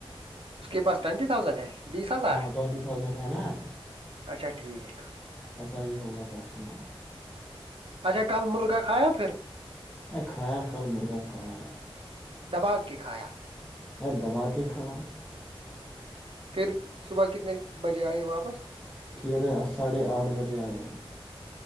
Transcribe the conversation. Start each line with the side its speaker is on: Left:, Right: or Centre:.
Right: اس کے پاس ٹوینٹی تھاؤزینڈ ہے بیس ہزار
Centre: ہاں
Right: <unintelligible>
Centre: ٹوینٹی تھاؤزینڈ ہے نا <unintelligible>
Right: اچھا ٹھیک
Centre: ایسا نہیں ہوگا پاش <unintelligible> شا <unintelligible>
Right: اچھا کل مرغا کھایا پھر <unintelligible>
Centre: ایک کھایا کل مرا کھایا ہے <unintelligible>
Right: دبا کے کھایا
Centre: ا دوبا کے کھانا <unintelligible>
Right: پھر صبح کتنے بجے آئے واپس
Centre: سیر آ ساڑھے آٹھ بجے آئے ہیں